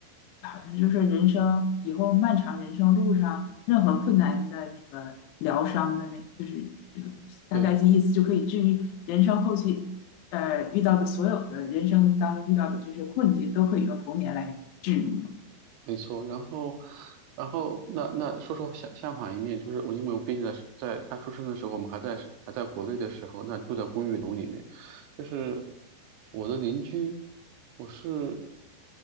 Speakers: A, on the left; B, on the right.
A: 好像就是人生以后漫长人生路上任何困难的那个疗伤的那，就是这个大概这意思就可以治愈人生后期呃遇到的所有的人生当中遇到的这些困境，
B: 对，
A: 都可以用童年来治愈嘛。
B: 没错，然后，然后那那说说相相反一面，就是我因为我毕竟在是在他出生的时候，我们还在是还在国内的时候，那住在公寓楼里面，就是我的邻居，我是